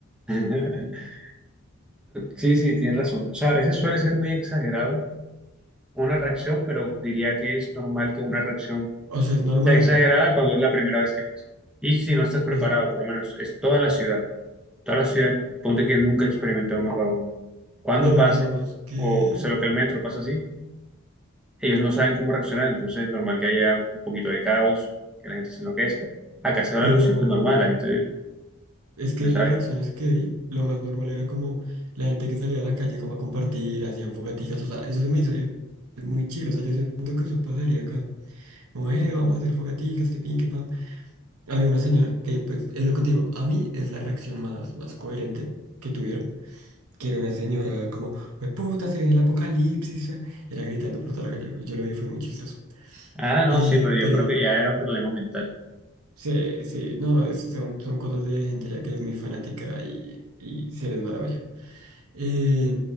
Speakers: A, in the centre; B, on the right.
A: <laughs> Sí, sí, tienes razón. O sea, a veces suele ser muy exagerado una reacción, pero diría que es normal que una reacción
B: o sea, es normal,
A: sea exagerada cuando es la primera vez que pasa. Y si no estás preparado,
B: o sea,
A: por lo menos es toda la ciudad, toda la ciudad, ponte que nunca experimentó un apagón. Cuando
B: pero
A: pase,
B: digamos que,
A: o sea, lo que el metro pasa así ellos no saben cómo reaccionar, entonces es normal que haya un poquito de caos, que la gente se enloquezca. Acá se va
B: pero...
A: la luz y pues normal, la gente
B: Es que
A: pues,
B: de
A: sabe,
B: las reacciones que vi, lo más normal era como la gente que salía a la calle como a compartir, hacían fogaticas, o sea, eso se me hizo eh, muy chido, o sea, yo siento que eso pasaría acá. Como, eh, vamos a hacer fogaticas, que pin, que pan. Había una señora que, pues, es lo que te digo, a mí es la reacción más, más coherente que tuvieron, que era una señora como, pues puta, se viene el apocalipsis, ah", era gritando por toda la calle, yo lo vi, fue muy chistoso.
A: ah, no,
B: Eh,
A: sí, pero yo
B: pero...
A: creo que ya era un problema mental.
B: Sí, sí, no, es- son, son cosas de gente ya que es muy fanática y, y se les va la olla. Eh,